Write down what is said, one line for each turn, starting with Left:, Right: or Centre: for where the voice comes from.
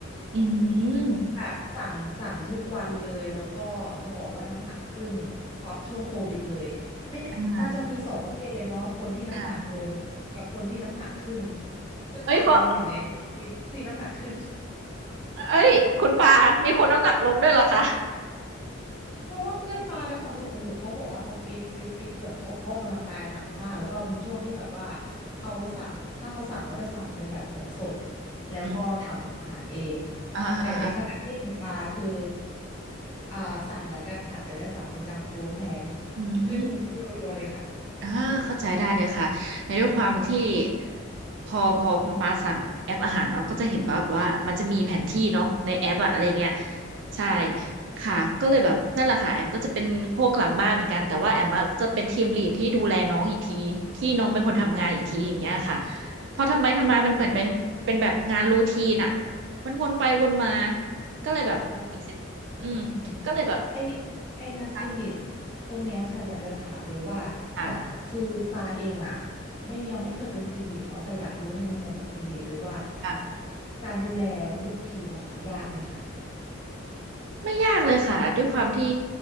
Right: อืม
Left: แบบสั่งสั่งทุกวันเลยแล้วก็จะบอกว่าน้ำหนักขึ้นเพราะช่วงโควิดเลยไม่แน่มันจะมีสองประเภทเลยเนาะคนที่น้ำหนักลงกับคนที่น้ำหนักขึ้น
Right: อ่าอ่า
Left: ซึ่งปาเป็นหนึ่งในที่ที่น้ำหนักขึ้น
Right: เอ้ยขอเอ้ย คุณปามีคนน้ำหนักลงด้วยเหรอคะ
Left: เพราะว่าเพื่อนปาน้ำหนักลงโอ้โหเขาบอกว่าเขาฟิตฟิตฟิตแบบเขาเขาออกกำลังกายหนักมากแล้วก็มันช่วงที่แบบว่าเขาสั่งถ้าเขาสั่งเขาจะสั่งเป็นแบบของสดแล้วก็ทำอาหารเอง
Right: อืมอ่าอ่าอ่า
Left: แต่ในขณะที่ของปาคืออ่าสั่งเหมือนกันค่ะแต่จะสั่งเป็นจังก์ฟู้ดแทน
Right: อืม
Left: <laughs> ขึ้นขึ้นรัวๆเลยค่ะ
Right: อ่าเข้าใจได้เลยค่ะในด้วยความที่พอพอคุณปาสั่งแอปอาหารเราก็จะเห็นแบบว่ามันจะมีแผนที่เนาะในแอปอะอะไรเงี้ยใช่
Left: ค่ะ
Right: ค่ะก็เลยแบบนั่นแหละค่ะแอมก็จะเป็นพวกหลังบ้านเหมือนกันแต่ว่าแอมอะจะเป็นทีมลีดที่ดูแลน้องอีกทีที่น้องเป็นคนทำงานอีกทีอย่างเงี้ยค่ะพอทำไปทำมามันเหมือนเป็นเป็นแบบงานรูทีนอะ
Left: อืม
Right: มันวนไปวนมาก็เลยแบบ
Left: เข้าใจ
Right: อืมก็เลยแบบ
Left: อืมไอไองานทีมลีด
Right: ค่ะ
Left: ตรงเนี้ยค่ะอยากจะถามเลยว่าจากคือปาเองอ่ะ
Right: ค่
Left: ไม่ยังไม่เคยเป็นทีมลีดเนาะแต่อยากรู้ในมุมมองของทีมลีดเลยว่า
Right: ะ
Left: การดูแลลูกทีมอะค่ะยากไหมคะ
Right: ไม่ยากเลยค่ะด้วยความที่